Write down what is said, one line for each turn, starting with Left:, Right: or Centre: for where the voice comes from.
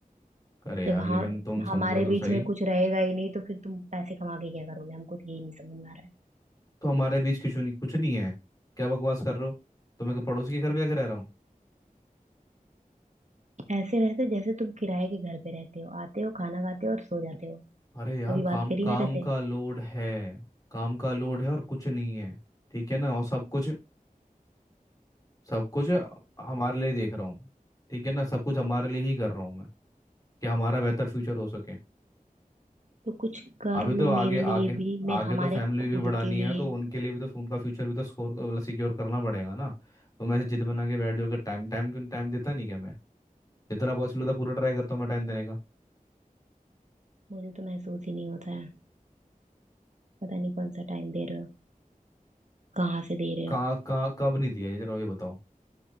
Left: अरे यार
Right: जब
Left: लेकिन
Right: हाँ
Left: तुम
Right: हमारे
Left: समझो तो
Right: बीच
Left: सही
Right: में कुछ रहेगा ही नहीं तो फिर तुम पैसे कमा के क्या करोगे हमको तो यही नहीं समझ में आ रहा है
Left: तो हमारे बीच कुछ नहीं कुछ नहीं है क्या बकवास कर रहे हो तो मैं क्या पड़ोसी के घर में जाकर रह रहा हूँ
Right: ऐसे रहते जैसे तुम किराए के घर पे रहते हो आते हो खाना खाते हो और सो जाते हो
Left: अरे यार
Right: कभी
Left: काम
Right: बात करी
Left: काम
Right: मेरे से
Left: का लोड है काम का लोड है और कुछ नहीं है ठीक है ना और सब कुछ सब कुछ हमारे लिए देख रहा हूँ ठीक है ना सब कुछ हमारे लिए ही कर रहा हूँ मैं कि हमारा बेहतर फ्यूचर हो सके
Right: तो कुछ कर
Left: अभी
Right: लो
Left: तो आगे
Right: मेरे
Left: आगे
Right: लिए भी मैं
Left: आगे
Right: हमारे
Left: तो फैमिली
Right: खुद
Left: भी बढ़ानी
Right: के लिए
Left: है तो उनके लिए भी तो उनका फ्यूचर भी तो स्कोर मतलब सिक्योर करना पड़ेगा ना तो मैं ऐसे जिद बना के बैठ जाऊंगा टाइम टाइम क्यों टाइम देता नहीं क्या मैं जितना पॉसिबल होता है पूरा ट्राई करता हूँ मैं टाइम देने का
Right: मुझे तो महसूस ही नहीं होता है पता नहीं कौन सा टाइम दे रहे हो कहाँ से दे रहे
Left: कहाँ
Right: हो
Left: कहाँ कब नहीं दिया ये जरा ये बताओ